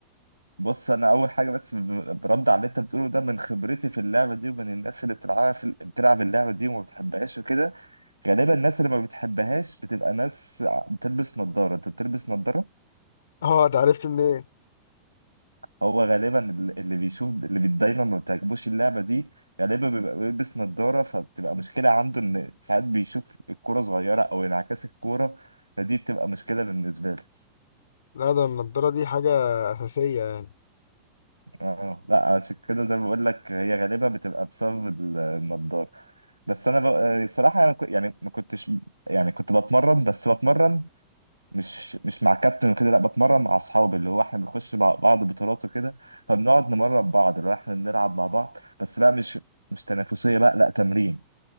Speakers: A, on the right; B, on the left.
A: بص أنا أول حاجة بس ب- برد على اللي أنت بتقوله ده من خبرتي في اللعبة دي ومن الناس اللي بتلعبها في... بتلعب اللعبة دي وما بتحبهاش وكده غالبا الناس اللي ما بتحبهاش بتبقى ناس ع- بتلبس نظارة انت بتلبس نظارة
B: أه ده عرفت منين؟
A: هو غالبا ال- اللي بيشوف اللي بي- دايما ما بتعجبوش اللعبة دي غالبا بيبقى بيلبس نظارة فبتبقى مشكلة عنده ان ساعات بيشوف الكورة صغيرة او انعكاس الكورة فدي بتبقى مشكلة بالنسبة له
B: لا ده النضارة دي حاجة أساسية يعني
A: اه لا عشان كده زي ما بقول لك هي غالبا بتبقى بسبب ال- النضاره بس انا بقى- صراحة انا كو- يعني ما كنتش يعني كنت بتمرن بس بتمرن مش مش مع كابتن وكده لا بتمرن مع اصحابي اللي هو احنا بنخش مع بعض بطولات وكده فبنقعد نمرن بعض اللي هو احنا بنلعب مع بعض بس بقى مش مش تنافسيه بقى لا تمرين